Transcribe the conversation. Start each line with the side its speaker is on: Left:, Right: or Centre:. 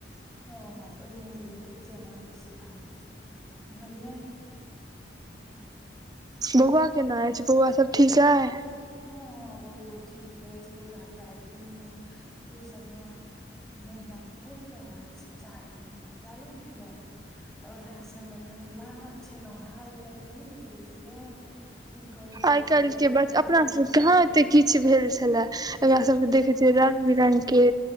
Centre: हँ हँ ओहिमे नै दिक्कत छै हम आहां के सीखा देब बुझलियएै हँ <unintelligible> <unintelligible>
Right: बौआ केना अईछ बौआ सब ठीक आई
Centre: हँ हँ बौओ ठीक अछि बौआके आइ तीन मन तेसर म महिना पुरला एहिसँ चारिम महीना चालू भेलए तऽ ओएहे सबमे कनी लागल छलहुं हेँ आइ काल्हि के नहि बुझै छियै ई करू
Right: आइ
Centre: ओ
Right: काल्हि
Centre: करू
Right: के बच्चा
Centre: फोटो
Right: अपना
Centre: लिअ
Right: सब कहाँ एते किछु भेल छलाए एकरा सबके देखै
Centre: हँ
Right: छियै रंग बिरंग के